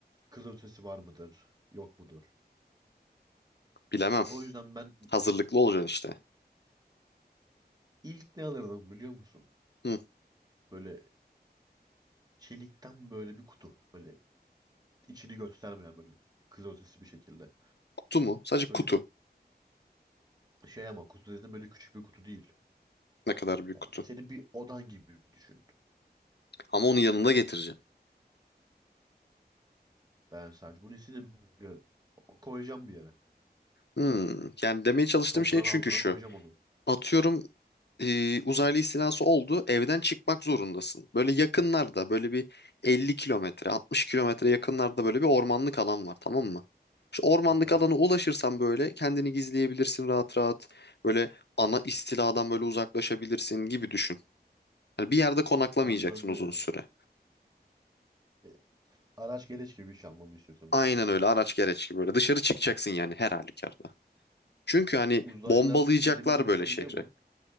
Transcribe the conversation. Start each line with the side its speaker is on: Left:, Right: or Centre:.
Right: kızılötesi var mıdır yok mudur?
Left: Bilemem.
Right: O yüzden ben
Left: Hazırlıklı olacaksın işte.
Right: ilk ne alırdım biliyor musun?
Left: Hı,
Right: Böyle Çelikten böyle bir kutu. Böyle içini göstermeyen böyle kızılötesi bir şekilde.
Left: kutu mu? Sadece
Right: Böyle
Left: kutu.
Right: bir şey ama kutu dedim böyle küçük bir kutu değil.
Left: Ne kadar büyük
Right: Yani
Left: kutu.
Right: senin bir odan gibi düşün.
Left: Ama onu yanında getireceksin.
Right: Ben sadece bunu istedim. Ya, Koyacağım bir yere.
Left: Hmm, yani demeye çalıştığım
Right: Toprağın
Left: şey çünkü
Right: altına
Left: şu.
Right: koyacağım onu.
Left: Atıyorum e, uzaylı istilası oldu. Evden çıkmak zorundasın. Böyle yakınlarda böyle bir 50 kilometre 60 kilometre yakınlarda böyle bir ormanlık alan var tamam mı? İşte ormanlık
Right: <laughs> Hı.
Left: alana ulaşırsan böyle kendini gizleyebilirsin rahat rahat. Böyle ana istiladan böyle uzaklaşabilirsin gibi düşün. Yani bir yerde konaklamayacaksın
Right: Anladım.
Left: uzun süre.
Right: E, araç gereç gibi bir şey almamı istiyorsun
Left: Aynen
Right: benden.
Left: öyle araç gereç gibi böyle dışarı çıkacaksın yani her halükarda. Çünkü hani
Right: Uzaylılar
Left: bombalayacaklar
Right: dilimi konuşabiliyor
Left: böyle şehri.
Right: mu?